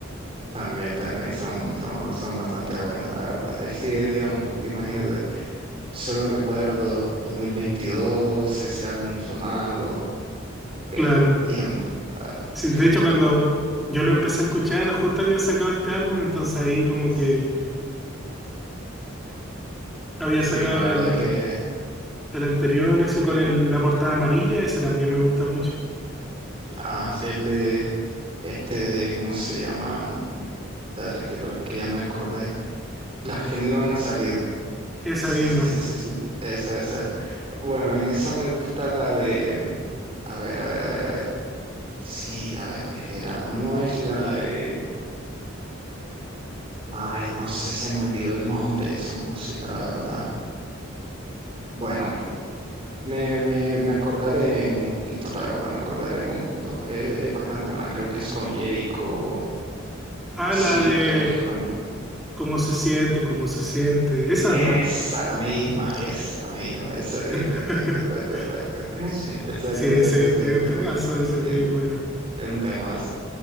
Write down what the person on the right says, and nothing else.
También, también son, son, son bastante buenas, la verdad. Es que, digamos, imagínate, solo recuerdo 2022, ese álbum sonando, qué
tiempo, la verdad,
qué
tiempo.
Sí,
sí,
la verdad
que
eh,
ah, sí, el de, este de, ¿cómo se llama? Mm, Dale, que, lo, que ya me acordé, las que no iban a salir.
Sí,
sí, sí, sí, sí, esa, esa. Bueno, en esa me gusta la de, mm, a ver, a ver, a ver, a ver. Sí, a ver, era, no es la de... Ay, no sé, se me olvidó el nombre de esa música, la verdad. Bueno, me, me, me acordaré en un punto, la verdad, me acordaré en un punto. Es, es bastante buena, creo que es con Jayco.
Sí,
creo que es con... Jay-
Esa
misma, esa misma, esa misma,
exacto, exacto, exacto. Exacto,
exacto, exacto,
exacto.
exacto,
sí.
Un tema,